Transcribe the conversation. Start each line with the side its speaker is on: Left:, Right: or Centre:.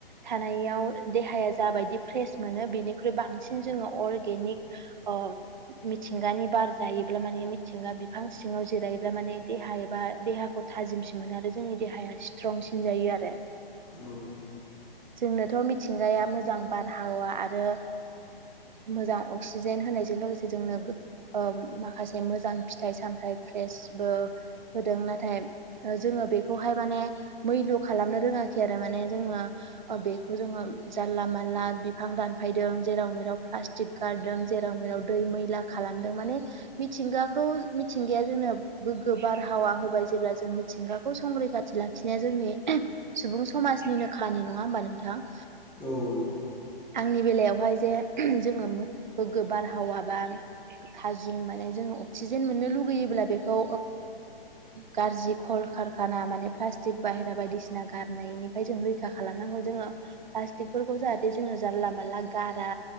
Right: थानायाव देहाया जाबायदि फ्रेस मोनो बेनिख्रुइ बांसिन जोङो अरगेनिक मिथिंगानि बार जायोब्ला माने मिथिंगा बिफां सिङाव आव जिरायोब्ला माने देहा एबा देहाखौ थाजिमसिन मोनो आरो जोंनि देहाया स्ट्रंसिन जायो आरो
Centre: औ नंगौ
Right: जोंनोथ' मिथिंगाया मोजां बारहावा आरो मोजां अक्सिजेन होनायजों लोगोसे जोंनो माखासे मोजां फिथाइ साम सामथाय फ्रेस बो होदों नाथाय जोङो बेखौहाय मैल' खालाम नो रोङाखै आरो माने जोङो बेखौ जोङो जानला मानला बिफां दानफायदों जेराव मेराव प्लास्टिक गारदों, जेराव मेराव दै मैला खालामदों, माने मिथिंगाखौ मिथिंगाया जोंनो गोग्गो बारहावा होबाय जेब्ला जों मिथिंगाखौ संरैखाथि लाखिनाया जोंनि। सुबुं समाजनिनो खानि नङा होमबा नोंथां।
Centre: औ नोंथां
Right: आंनि बेलायावहाय जे जोङो गोग्गो बारहावा बा थाजिम माने जोङो अक्सिजेन मोननो लुगैयोब्ला बेखौ गाज्रि खल खारखाना माने बाहेरा बायदिसिना गारनायनिफ्राय रैखा खालामनानै जोङो। फोरखौ जाहाथे जोङो जानला मला ग